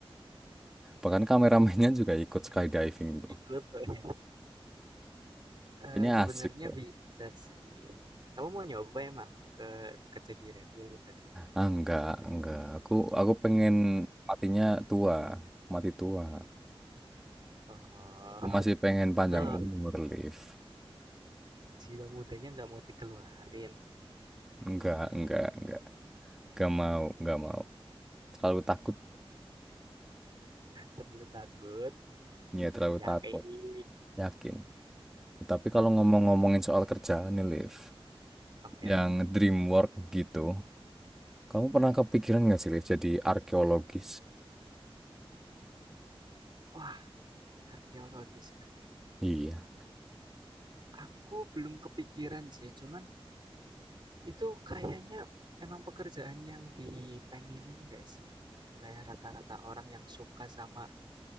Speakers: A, in the centre; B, on the right.
A: bahkan kameramennya <laughs> juga ikut skydiving tuh.
B: Ikut. <laughs> Eee,
A: Kayaknya
B: sebenarnya
A: asik tuh.
B: bisa sih. Kamu mau nyoba emang ke kerja di Red Bull itu?
A: Ah, enggak, enggak. Aku aku pengen matinya tua, mati tua.
B: Oh,
A: Aku masih pengen panjang
B: <laughs> loh
A: umur, Liv.
B: jiwa mudanya nggak mau dikeluarin,
A: Enggak, enggak, enggak. Enggak mau, enggak mau. Terlalu takut,
B: terlalu takut?
A: ya terlalu
B: Yakin.
A: takut. Yakin. Tapi kalau ngomong-ngomongin soal kerjaan nih, Liv.
B: Oke,
A: yang dream work gitu. Kamu
B: mhm.
A: pernah kepikiran nggak sih, Liv, jadi arkeologis?
B: Wah, arkeologis ya?
A: Iya.
B: Aku belum kepikiran sih, cuman itu kayaknya emang pekerjaan yang dipengenin nggak sih oleh rata-rata orang yang suka sama,